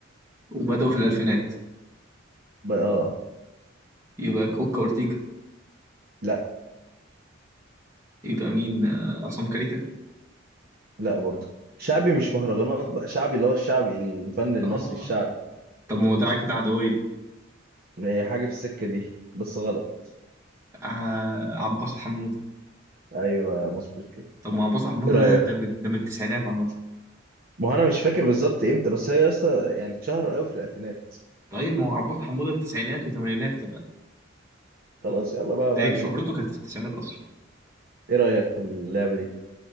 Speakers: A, on the right (about 15°); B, on the right (about 45°).
A: وبدأوا في الألفينات
B: ب- اه
A: يبقى أوكا أورتيجا
B: لا
A: يبقى مين آه، عصام كاريكا
B: لا برضه شعبي مش مهرجانات بقى شعبي اللي هو الشعبي الفن المصري
A: آه
B: الشعبي
A: طب ما هو ده كده عدوية
B: هي حاجه في السكه دي بس غلط
A: آه، عباس حمودة
B: ايوه مظبوط كده
A: طب ما عباس حمودة
B: ايه رايك
A: ده ده من ده من التسعينات عامة
B: ما هو انا مش فاكر بالظبط امتى بس هي اصلا يعني اتشهر قوي في الالفينات
A: طيب ما هو عباس حمودة التسعينات وتمانينات كمان
B: خلاص يلا بقى
A: ده
B: ما علينا
A: شهرته كانت في التسعينات أصلا
B: ايه رأيك في اللعبة دي